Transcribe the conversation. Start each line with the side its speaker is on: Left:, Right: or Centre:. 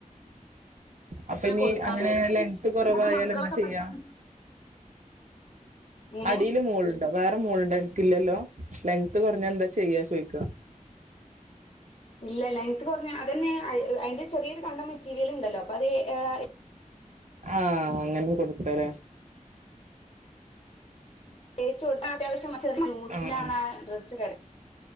Right: അപ്പൊ
Left: അങ്ങനെ
Right: ഇനി
Left: കൊടുക്കാൻ
Right: അങ്ങനെ
Left: വിചാരിക്കും
Right: ലെങ്ങ്ത്
Left: ഇനി.
Right: കുറവായാലെന്താ
Left: കാരണം മക്കളൊക്കെ
Right: ചെയ്യാ
Left: പെട്ടെന്ന് ഇങ്ങനെ
Right: അടില് മോളുണ്ടോ വേറെ മോളുണ്ടോ നിനക്കില്ലല്ലോ ലെങ്ത്ത് കൊറഞ്ഞാ എന്താ ചെയ്യാ ചോയ്ക്കാ
Left: ഇല്ല ലെങ്ത് കുരഞ്ഞ അതന്നെ അതിന്റെ ചെറിയൊരു കണ്ടം മെറ്റീരിയൽ ഉണ്ടല്ലോ അപ്പോ അത് അഹ്
Right: ആഹ് അങ്ങനെ കൊടുക്കാല്ലേ
Left: തേച്ച കൊടുത്താ അത്യാവശ്യം ചെറിയ ലൂസിലാണാ
Right: ആഹ്
Left: ഡ്രസ്സ് കെ